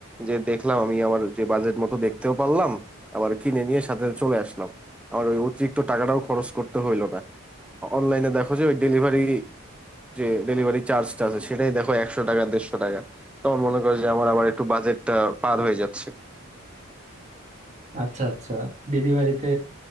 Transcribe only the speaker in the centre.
যে দেখলাম আমি আমার যে বাজেট মতো দেখতেও পারলাম আবার কিনে নিয়ে সাথে সাথে চলে আসলাম আমার ওই অতিরিক্ত টাকাটাও খরচ করতে হইলো না অনলাইনে দেখো যে ওই ডেলিভারি যে ডেলিভারি চার্জটা আছে সেটাই দেখো একশো টাকা দেড়শো টাকা তখন মনে করো যে আমার আবার একটু বাজেটটা পার হয়ে যাচ্ছে